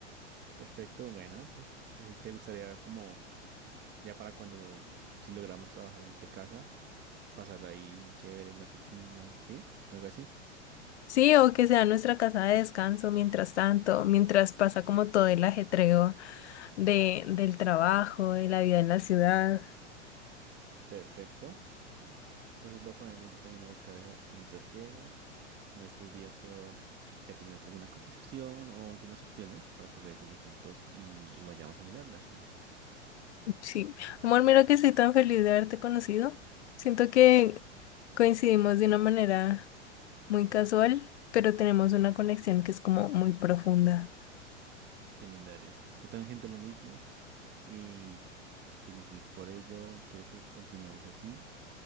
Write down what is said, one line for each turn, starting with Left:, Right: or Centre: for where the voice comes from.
Right: Perfecto, bueno, te, así te gustaría como ya para cuando si logramos trabajar desde casa, pasarla ahí chévere en la piscina, ¿sí? Algo así.
Left: Sí, o que sea nuestra casa de descanso mientras tanto, mientras pasa como todo el ajetreo de, del trabajo, de la vida en la ciudad.
Right: Perfecto. Entonces voy a ponerme yo también a buscar eso mientras llegas. En estos días puedo ya tenerte alguna cotización o algunas opciones para que revisemos juntos y vayamos a mirarlas, amor.
Left: Sí, amor, mira que estoy tan feliz de haberte conocido. Siento que coincidimos de una manera muy casual, pero tenemos una conexión que es como muy profunda.
Right: Qué linda eres. Yo también siento lo mismo y estoy muy feliz por ello. Quiero que continuemos así